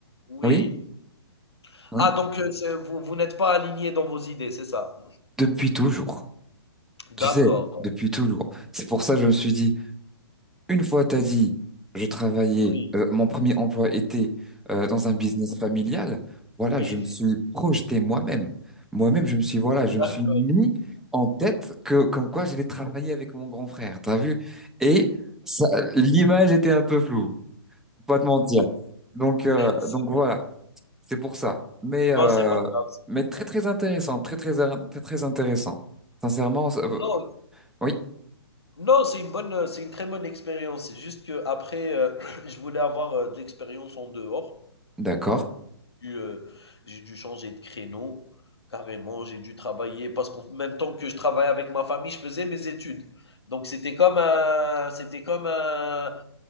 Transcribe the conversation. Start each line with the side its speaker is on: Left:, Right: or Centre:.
Left: oui.
Centre: oui, oui,
Left: Ah, donc euh, vous, vous n'êtes pas aligné dans vos idées, c'est ça.
Centre: depuis toujours,
Left: D'accord.
Centre: tu sais, depuis toujours. C'est pour ça que je me suis dit, Une fois, t'as dit, je travaillais,
Left: Oui.
Centre: euh, mon premier emploi était euh, dans un business familial. Voilà,
Left: Oui.
Centre: je me suis projeté moi-même. Moi-même, je me suis, voilà, je
Left: D'accord.
Centre: me suis mis en tête que, comme quoi j'allais travailler avec mon grand frère, t'as vu? Et ça, l'image était un peu floue, faut pas te mentir. Donc, euh,
Left: C'est-
Centre: donc voilà, c'est pour ça. Mais,
Left: Non,
Centre: euh,
Left: c'est pas grave. c'est
Centre: mais très,
Left: pas grave.
Centre: très intéressant, très, très, in- très, très intéressant. Sincèrement, ça- euh,
Left: Non,
Centre: oui,
Left: non, c'est une bonne, c'est une très bonne expérience. C'est juste que après, euh, <clears throat> je voulais avoir euh, de l'expérience en dehors.
Centre: d'accord.
Left: dû, heu, j'ai dû changer de créneau, carrément. J'ai dû travailler parce qu'en même temps que je travaillais avec ma famille, je faisais mes études. Donc c'était comme un c'était comme un un